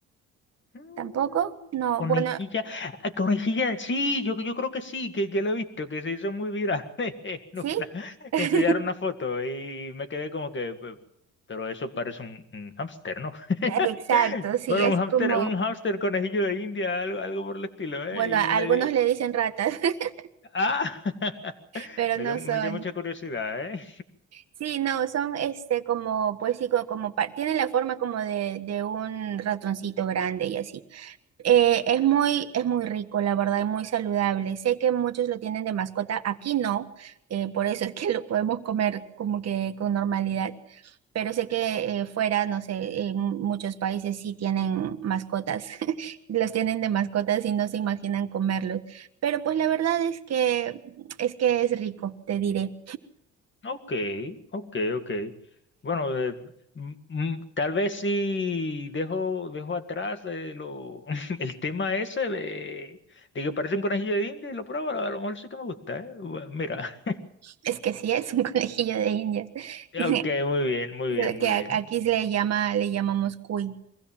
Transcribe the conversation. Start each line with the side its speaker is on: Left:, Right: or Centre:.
Left: Mm,
Right: Tampoco, no,
Left: Conejilla,
Right: bueno,
Left: ah, conejilla, sí, yo, yo creo que sí, que, que lo he visto, que se hizo muy viral <laughs> en
Right: ¿sí?
Left: una,
Right: <laughs>
Left: que enseñaron una foto y me quedé como que, pe- pero eso parece un, un hámster, ¿no? <laughs>
Right: Exacto, sí,
Left: Bueno,
Right: es
Left: un hámster,
Right: como,
Left: un hámster conejillo de India, algo, algo por el estilo,
Right: bueno,
Left: ¿eh? Y
Right: a
Left: me
Right: algunos
Left: di,
Right: le dicen ratas, <laughs>
Left: ah, <laughs>
Right: pero
Left: me
Right: no
Left: dio, me
Right: son.
Left: dio mucha curiosidad, ¿eh?
Right: Sí, no, son este como, pues sí, co- como, pa- tienen la forma como de, de un ratoncito grande y así. Eh, es muy, es muy rico, la verdad, y muy saludable. Sé que muchos lo tienen de mascota, aquí no, eh, por eso es que lo podemos comer como que con normalidad, pero sé que eh, fuera, no sé, en muchos países sí tienen mascotas, <laughs> los tienen de mascotas y no se imaginan comerlos. Pero pues la verdad es que, es que es rico, te diré.
Left: Ok, ok, ok. Bueno, eh, m- m- tal vez sí dejo, dejo atrás eh, lo, <laughs> el tema ese de, de que parece un conejillo de India y lo pruebo, a lo mejor sí que me gusta, ¿eh? Bueno, mira,
Right: Es que sí, es un <laughs> conejillo de Indias.
Left: <laughs>
Right: <laughs>
Left: ok, muy bien, muy
Right: Solo
Left: bien, muy
Right: que a-
Left: bien.
Right: aquí se le llama, le llamamos cuy.